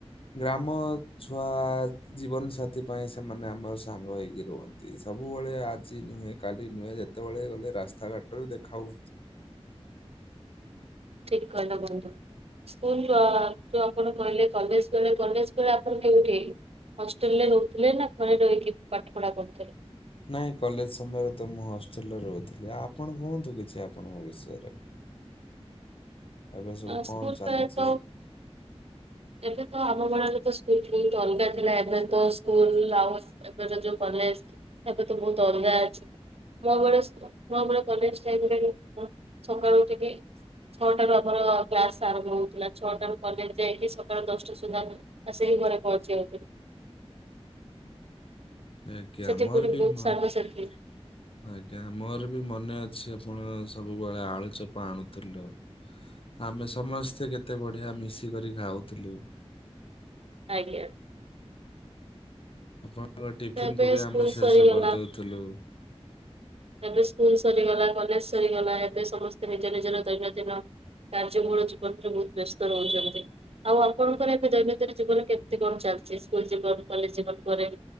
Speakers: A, on the left; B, on the right.
A: ଗ୍ରାମ ଛୁଆ ଜୀବନ ସାଥି ପାଇଁ ସେମାନେ ଆମର ସାଙ୍ଗ ହେଇକି ରୁହନ୍ତି। ସବୁବେଳେ ଆଜି ନୁହେଁ କାଲି ନୁହେଁ ଯେତେବେଳେ ଗଲେ ରାସ୍ତାଘାଟରେ ଦେଖା ହୁଅନ୍ତି।
B: ଠିକ୍ କହିଲ ବନ୍ଧୁ। ସ୍କୁଲ ଯଉ ଆପଣ କହିଲେ କଲେଜ ଗଲେ କଲେଜ ପରେ ଆପଣ କେଉଁଠି ହଷ୍ଟେଲ ରେ ରହୁଥିଲେ ନା ଘରେ ରହିକି ପାଠ ପଢା କରୁଥିଲେ।
A: ନାଇଁ କଲେଜ ସମୟରେ ତ ମୁଁ ହଷ୍ଟେଲରେ ରହୁଥିଲି। ଆପଣ କୁହନ୍ତୁ କିଛି ଆପଣଙ୍କ ବିଷୟରେ ଏବେ ସବୁ
B: ଅ,
A: କଣ
B: ସ୍କୁଲ
A: ଚାଲିଛି।
B: ବେଳେ ତ ଏବେ ତ ଆମ ବେଳ ରେ ତ ସ୍କୁଲତ ଅଲଗା ଥିଲା ଏବେ ତ ସ୍କୁଲ ଆଉ ଏବେ ଯୋଉ କଲେଜ ଏବେ ତ ବହୁତ ଅଲଗା ଅଛି। ମୋ ବେଳେ ମୋ କଲେଜ ଟାଇ ସକାଳୁ ଉଠିକି ଛଅଟା ମୋର କ୍ଲାସ ଆରମ୍ଭ ହଉଥିଲା ଛଅଟାରୁ କଲେଜ ଯାଇକି ସକାଳ ଦଶଟା ସୁଦ୍ଧା ଆସିକି ଘରେ ପହଞ୍ଚି ଯାଉଥିଲୁ।
A: ଆଜ୍ଞା
B: ସେଠି
A: ମୋର
B: ପୁଣି
A: ବି।
B: ବହୁତ
A: ଆଜ୍ଞା
B: ସାଙ୍ଗସାଥି
A: ମୋର ବି ମନେ ଅଛି ଆପଣ ସବୁବେଳେ ଆଳୁ ଚୋପା ଆଣୁଥିଲ। ଆମେ ସମସ୍ତେ କେତେ ବଢିଆ ମିଶିକରି ଖାଉଥିଲୁ।
B: ଆଜ୍ଞା।
A: ଆପଣଙ୍କ ଟିଫିିନ
B: ତ ଏବେ
A: କୁ ବି
B: ସ୍କୁଲ
A: ଆମେ ଶେଷ
B: ସରିଗଲା
A: କରିଦଉଥିଲୁ।
B: ଏବେ ସ୍କୁଲ ସରିଗଲା କଲେଜ ସରିଗଲା ଏବେ ସମସ୍ତେ ନିଜ ନିଜର ଦୈନନ୍ଦିନ କାର୍ଯ୍ୟ ମୟ ଜୀବନରେ ବହୁତ ବ୍ୟସ୍ତ ରହୁଛନ୍ତି। ଆଉ ଆପଣଙ୍କର ଏବେ ଦୈନନ୍ଦିନ ଜୀବନ କେମିତି କଣ ଚାଲିଛି ସ୍କୁଲ ଜୀବନ କଲେଜ ଜୀବନ ପରେ